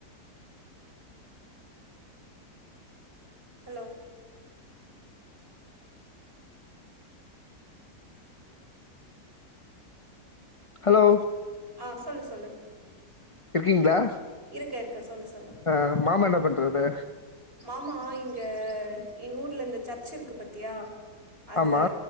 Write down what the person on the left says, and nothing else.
ஹலோ
இருக்கீங்ளா
அ மாமா என்ன பண்றது
ஆமா